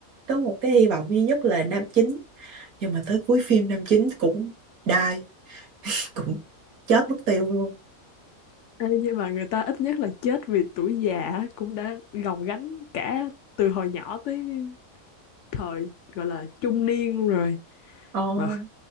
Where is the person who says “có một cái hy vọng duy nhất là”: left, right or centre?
Right